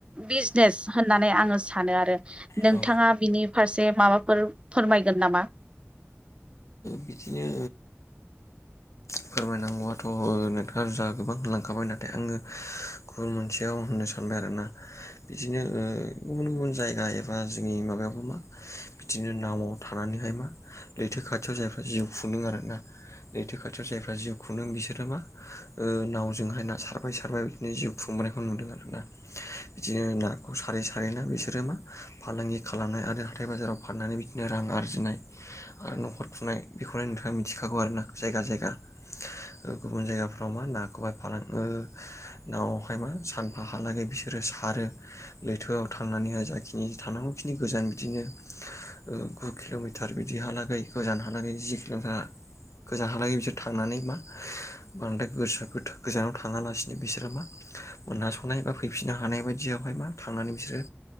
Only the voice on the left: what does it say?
औ
बिदिनो फोरमायनांगौआथ' ओ नोंथाङाहा गोबां लांखाबाय नाथाय आङो गुबुन मोनसेयाव होननो सानबाय आरोना? बिदिनो ओ गुबुन गुबुन जायगा एबा जोंनि माबायाव मा बिदिनो नावआव थानानै मा लैथो खाथियाव जायफ्रा जिउ खुदों आरोना लैथो खाथियाव जायफ्रा जिउ खुंदों बिसोरो मा ओ नावजोंहाय ना सारबाय सारबाय बिदिनो जिउ खुं नायखौ नुदों आरोना। बिदिनो नाखौ सारै सारै ना बिसोरो मा फालांगि खालामनो आरो हाथाय बाजाराव फाननानै बिदिनो रां आरो आरजिनाय आरो न'खर खुंनाय बेखौनो नोंथाङा मिथिखागौ आरो ना जायगा जायगा ओ गुबुन जायगाफ्राव मा नाखौहाय फालाङो नावावहाय मा सानफा हालागै बिसोरो आरो लैथोआव थांनानैहाय जाखिनि थानांगौखिनि गोजान बिदिनो ओ गु किल'मिटार बिदिहालागै गोजानहालागै जि जोंहा गोजान हालागै बिसोर थांनानै मा बांद्राय गोस गोजानाव थाङालासिनो बिसोरो मा मोना संनाय बा फैफिननो हानाय बायदि बिदियावहाय मा थांनानै बिसोरो